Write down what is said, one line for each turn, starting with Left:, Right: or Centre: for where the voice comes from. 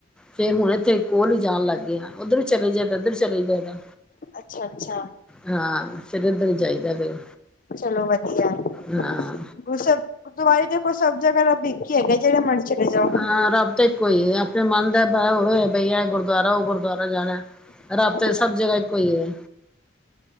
Centre: ਫੇਰ ਹੁਣ ਇੱਥੇ ਕੋਲ ਹੀ ਜਾਣ ਲੱਗ ਗਏ ਨਾ। ਉੱਧਰ ਵੀ ਚਲੇ ਜਾਈਦਾ, ਇੱਧਰ ਵੀ ਚਲੇ ਜਾਈਦਾ।
Left: ਅੱਛਾ- ਅੱਛਾ।
Centre: ਹਾਂ ਫੇਰ ਇਧਰ ਹੀ ਜਾਈਦ। ਫੇਰ,
Left: ਚਲੋ ਵਧੀਆ।
Centre: ਹਾਂ
Left: ਗੁਰੂ ਸਾਹਿਬ, ਗੁਰਦੁਆਰੇ ਦੇਖੋ ਸਭ ਜਗਾ ਰੱਬ ਇੱਕ ਹੀ ਹੈਗਾ। ਜਿਹੜਾ ਮਰਜ ਚਲੇ ਜਾਓ।
Centre: ਹਾਂ ਰੱਬ ਤਾ ਇੱਕੋ ਈ ਐ, ਆਪਣੇ ਮਨ ਦਾ ਭਾਵ ਹੋਏ ਬਈ ਇਹ ਗੁਰਦੁਆਰਾ ਔ, ਗੁਰਦੁਆਰਾ ਜਾਣਾ।
Left: ਹਾਂਜੀ
Centre: ਰੱਬ ਤੇ, ਸਭ ਜਗਾ ਇੱਕੋ ਈ ਐ।